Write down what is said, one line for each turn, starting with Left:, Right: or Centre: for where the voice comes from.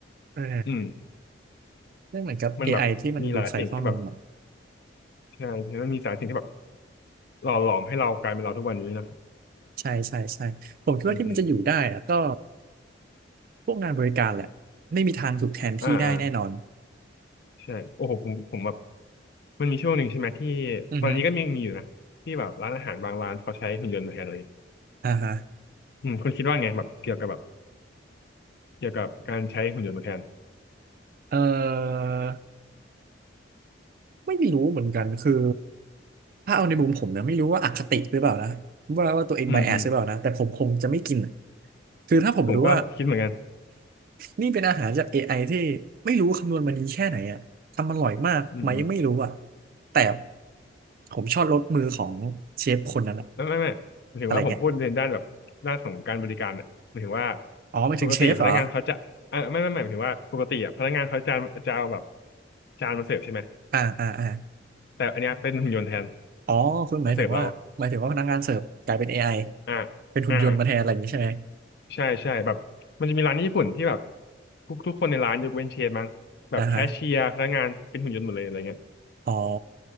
Right: เออ
Left: อืม
Right: ไม่เหมือนกับ
Left: มันแบบมีหลายสิ่งที่แบบ
Right: AI ที่มันดูใส่ข้อมูลใหม่
Left: ใช่มันมีหลายสิ่งที่แบบหล่อหลอมให้เรากลายเป็นเราทุกวันนี้นะครับ
Right: ใช่ใช่ใช่ผมคิดว่าที่มันจะอยู่ได้อะก็
Left: อืมอืม
Right: พวกงานบริการแหละไม่มีทางถูกแทนที่ได้แน่นอน
Left: อ่าอ่าใช่โอ้โหผมผมแบบมันมีช่วงหนึ่งใช่ไหมที่
Right: อือฮึ
Left: ตอนนี้ก็มีมีอยู่นะที่แบบร้านอาหารบางร้านเขาใช้หุ่นยนต์มาแทนเลย
Right: อ่าฮะ
Left: อืมคุณคิดว่าไงแบบเกี่ยวกับแบบเกี่ยวกับการใช้หุ่นยนต์มาแทน
Right: เออ ไม่รู้เหมือนกันคือถ้าเอาในมุมผมนะไม่รู้ว่าอคติหรือเปล่านะว่าว่าตัวเองไบแอสหรือเปล่านะแต่ผมคงจะไม่กินอะ
Left: อืมอืม
Right: คือถ้าผมรู้ว่า
Left: ผมก็คิดเหมือนกัน
Right: นี่เป็นอาหารจาก AI ที่ไม่รู้คำนวณมาดีแค่ไหนอะทำอร่อยมากไหมไม่รู้อะ
Left: อืม
Right: แต่ผมชอบรสมือของเชฟคนนั้นอะ
Left: ไม่ไม่ไม่หมายถึงว่าผมพูดในด้านแบบด้านของการบริการเนี่ยหมายถึงว่า
Right: อะไรเงี้ยอ๋อหมายถึงเชฟเหรอ
Left: ปกติพนักงานเขาจะเออไม่ไม่ไม่หมายถึงว่าปกติอ่ะพนักงานเขาจะจะเอาแบบจานมาเสิร์ฟใช่ไหม
Right: อ่าอ่าอ่า
Left: แต่อันเนี้ยเป็นหุ่นยนต์แทน
Right: อ๋อคุณหมายถึงว่าหมายถึงว่าพนักงานเสิร์ฟกลายเป็นเอไอ
Left: มาเสิร์ฟเราอ่า
Right: เป็นหุ่นยนต์มาแทนอะไรอย่างนี้ใช่ไหม
Left: อ่าใช่ใช่แบบมันจะมีร้านญี่ปุ่นที่แบบทุกทุกคนในร้านยกเว้นเชฟมั้งแบบแคชเชียร์พนักงานเป็นหุ่นยนต์หมดเลยอะไรเงี้ย
Right: อ่าฮะอ๋อ